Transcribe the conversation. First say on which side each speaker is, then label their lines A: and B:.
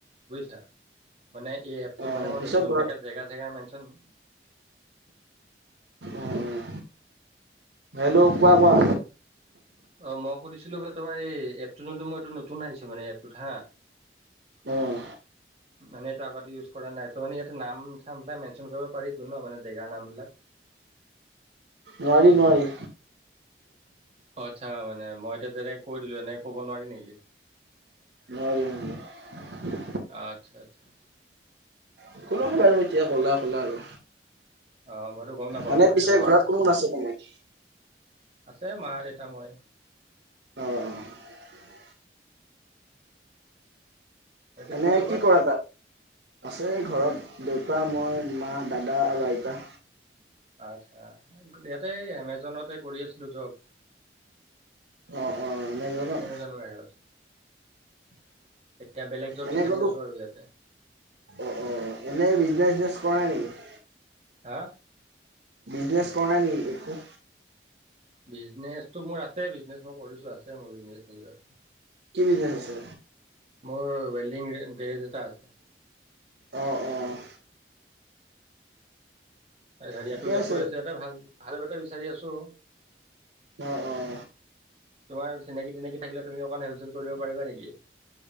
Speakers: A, on the right; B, on the right.
A: বুজিছা। মানে এই এপটোত
B: অ'
A: মানে মই
B: পিছত
A: নতুন,
B: ঘৰ
A: এনেকা জেগা চেগা মেচন
B: উম' হেল্ল কোৱা কোৱা?
A: অ মই সুধিছিলো বোলে তোমাৰ, এই এপটো যোনটো মই এইটোত নতুন আহিছো মানে এপটোত হা
B: উম'
A: মানে এইটো আগতে ইউজ কৰা নাই, ত মানে ইয়াতে নাম চামবিলাক মেনশ্যন কৰিব পাৰিটো ন, মানে জেগাৰ নামবিলাক? উ <unintelligible>
B: নোৱাৰি নোৱাৰি।
A: অ আচ্ছা মানে, মই এতিয়া যেনেকে কৈ দিলো এনেকে ক'ব নোৱাৰি নেকি?
B: নোৱাৰি নোৱাৰি।
A: আচ্ছা আচ্ছা আচছা।
B: একো নহয় বাৰু এতিয়া ক'লা ক'লা আৰু।
A: অ মইতো গম নাপাও
B: মানে
A: ন সেইটো
B: পিছে
A: কাৰণে
B: ঘৰত কোন কোন আছে তোমাৰ?
A: আছে মা, দেউতা, মই।
B: অ'
A: বাকী
B: এনে
A: তোমালোকৰ
B: কি কৰা তাত? আছে ঘৰত দেউতা, মই, মা, দাদা আৰু আইতা।
A: আচ্ছা, ইয়াতে এমেজনতে কৰি আছিলো জব।
B: অ', অ', এমেজনত
A: এমেজনৰ ৰাইনত। এতিয়া বেলেগ জব
B: এনে
A: বিচাৰি
B: ক'তো
A: আছো আৰু ইয়াতে।
B: অ অ' এনে বিজনেচ-চিজনেচ কৰা নাই নেকি?
A: হা
B: বিজনেছ কৰা নাই নেকি?
A: বিজনেছটো মোৰ আছে, বিজনেচ মই কৰিছো আছে মোৰ বিজনেছ নিজৰ।
B: কি বিজনেছ আছে?
A: মোৰ ৱেলডিং গেৰেজ এটা আছে।
B: অ অ'
A: হেৰিয়াতো
B: ঠিকে
A: জব
B: আছে।
A: কৰি আছো, ইয়াটো ভাল ভাল এটা বিচাৰি আছো।
B: অ অ'
A: তোমাৰ চিনাকি তিনাকি থাকিলে তুমিও অকণমান হেল্প চেল্প কৰিব পাৰিবা নেকি?